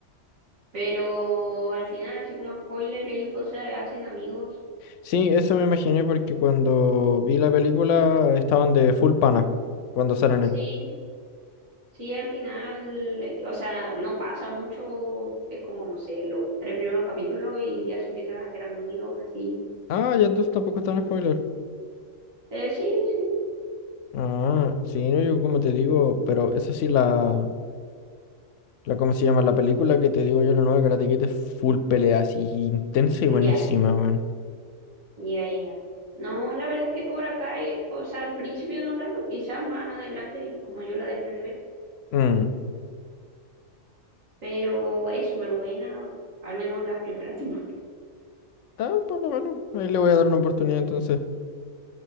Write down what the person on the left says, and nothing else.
Sí, eso me imaginé porque cuando vi la película estaban de full pana cuando salen
él.
Ah, ya entonces tampoco está en spoiler.
Ah, sí, no, yo como te digo, pero eso sí, la, la, ¿cómo se llama? La película que te digo yo, la nueva Karate Kid es full pelea, así intensa y
buenísima, weón.
Mm.
Ah, por lo menos, ahí le voy a dar una oportunidad entonces.